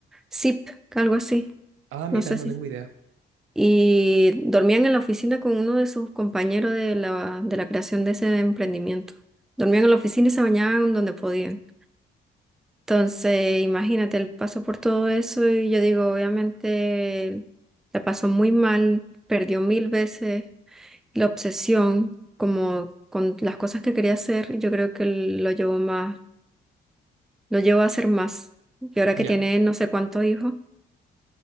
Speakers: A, in the centre; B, on the right (about 80°).
A: Zip, algo así,
B: Ah, mira,
A: no sé
B: no
A: si...
B: tengo idea.
A: Y dormían en la oficina con uno de sus compañeros de la, de la creación de ese emprendimiento. Dormían en la oficina y se bañaban donde podían. Entonces, imagínate, él pasó por todo eso y yo digo, obviamente, la pasó muy mal, perdió mil veces la obsesión como con las cosas que quería hacer, yo creo que lo llevó más, lo llevó a hacer más. Y ahora que
B: Ya.
A: tiene no sé cuántos hijos,